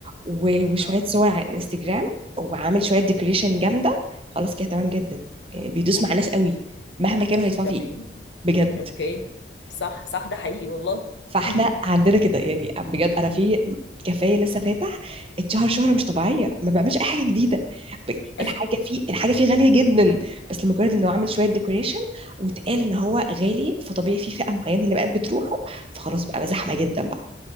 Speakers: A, on the right; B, on the left.
A: و- وشوية
B: اه
A: صور على الانستجرام وعامل شوية ديكوريشن جامدة خلاص كده تمام جدا إيه، بيدوس مع ناس قوي مهما كانوا هيدفعوا
B: تمام
A: فيه بجد
B: اوكي صح صح ده حقيقي والله
A: فاحنا
B: امم
A: عندنا كده يعني بجد انا في كافيه لسه فاتح اتشهر شهره مش طبيعيه ما بعملش اي حاجه جديده ب-
B: <laughs>
A: الحاجه فيه الحاجه فيه غاليه جدا بس لمجرد انه عامل شويه ديكوريشن واتقال ان هو غالي فطبيعي في فئه معينه اللي بقت بتروحه فخلاص بقى بقى زحمه جدا بقى